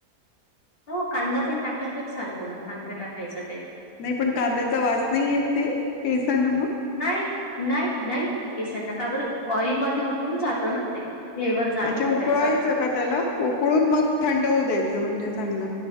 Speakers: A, on the left; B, on the left.
A: हो कांदा पण टाकला तरी चालतो ना कांदा टाकायचा
B: नाही पण कांद्याचा वास नाही येत ते केसांना मग?
A: नाही नाही नाहीकेशन न का बर ऑइलमध्ये उकळून जातं ना ते. फ्लेवर जातो
B: अच्छा उकळायच
A: ना त्याचा.
B: का त्याला उकळून मग थंड होऊ द्यायचं म्हणजे चांगलं